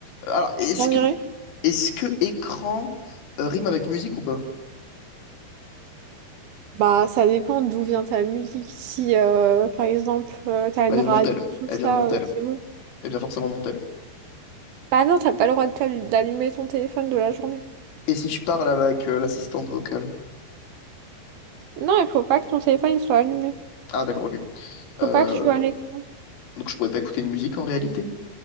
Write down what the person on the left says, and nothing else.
Alors, est-ce
que
Est-ce que écran euh, rime avec musique ou pas?
Bah,
Elle
vient de Montel.
Elle
vient de Montel.
Elle vient forcément de Montel.
Et si je parle avec euh, l'assistante vocale?
Ah d'accord, ok. Euh,
donc je pourrais pas écouter une musique en réalité.